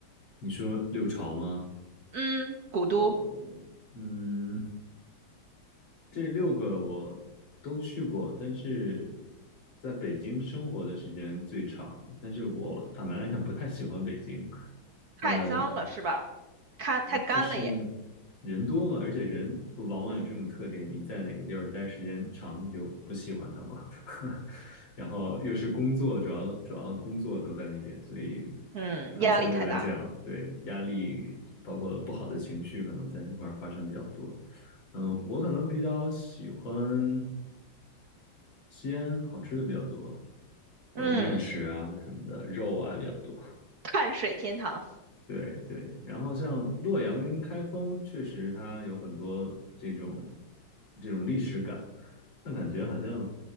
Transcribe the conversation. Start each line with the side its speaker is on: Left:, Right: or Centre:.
Left: 你说六朝吗？
Right: 嗯，古都
Left: 呃，嗯，这六个我都去过，但是在北京生活的时间最长。但是我坦白来讲，不太喜欢北京。
Right: 太脏了是吧？
Left: 呃，
Right: 看太干了也。
Left: 就是人多嘛，而且人不往往有这种特点，
Right: 嗯
Left: 你在哪个地儿待时间长，你就不喜欢他嘛。<laughs> 然后又是工作，主要主要工作都在那边，所以
Right: 嗯，
Left: 他相对来讲，
Right: 压力太大了。
Left: 对压力包括不好的情绪，可能在那块儿发生比较多。嗯，我可能比较喜欢西安，好吃的比较多，或者面食啊什么的，
Right: 嗯，
Left: 肉啊比较多。
Right: 碳水天堂。
Left: 对对，然后像洛阳跟开封，确实它有很多这种这种历史感，但感觉好像